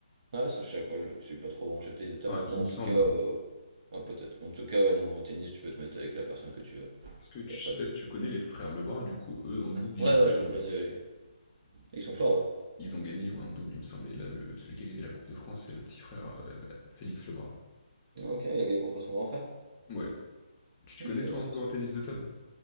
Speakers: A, on the right (about 45°); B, on the left (about 30°).
A: Ah ouais, ça je savais pas, je suis pas trop branché tennis de table
B: Enfin,
A: maintenant
B: il me
A: en
B: semble,
A: tout cas. euh,
B: hein.
A: ah, peut-être. En tout cas, ouais, non, au tennis, tu peux te mettre avec la personne que tu veux.
B: Parce que tu
A: Il a
B: je
A: pas
B: sais
A: de.
B: pas si tu connais les frères Lebrun, du coup, eux, en double, ils
A: Ouais,
B: jouent
A: ouais,
B: ensemble.
A: je connais. ouais. Ils sont forts, eux.
B: Ils ont gagné ouais, en double, il me semble. Et là, le, celui qui a gagné la Coupe de France, c'est le petit frère euh, Félix Lebrun.
A: Ah, ok, il a gagné contre son grand frère.
B: Ouais. Tu te
A: Ok,
B: connais,
A: ouais,
B: toi,
A: c'est-
B: un peu en tennis de table?